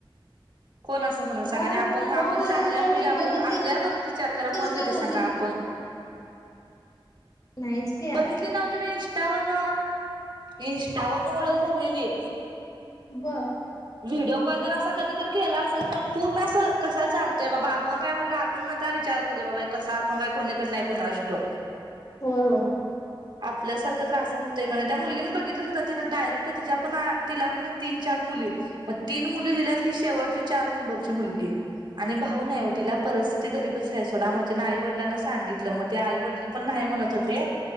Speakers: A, on the right (about 55°); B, on the left (about 45°).
A: कोण म्हण
B: मग
A: सांगा आणि आप
B: लव्ह
A: आपण
B: मॅरेज
A: चांगल्या
B: आणि
A: मुली
B: बघितलीच
A: आपण आपल्यावर विचार करा कोण
B: का
A: घेते
B: नव्हती
A: सांगा आपण
B: नाहीच की
A: बघितली ना म्हणजे इंस्टा ववरन इंस्टावररन ओळख झालेली
B: बरं
A: व्हिडीिओ कॉल तर अस कधी तर केला असेल पण पूर्ण असं कस चालत बाबा आपण काय म्हटलं आपण न आता विचार करू दे बाबा कसं आपण काय कोणीक नाही कोणा असतो
B: हो हो
A: आपल्यासारखं त्रास होतय का ना त्या मुलीींनी बघितलं सुद्धा तिं डायरेक्ट तिच्या पण त लाव तीन चार मुली मग तीन मुली दिल्यात ही शेवटची चार नंबरची मुलगी आणि भाऊ
B: होय
A: नाही हो तिला परिस्थिती गरीबच आहे सोडा मग त्यािने आई वडिलांना सांगितलं मग ते आई वडील पण नाही म्हणत होते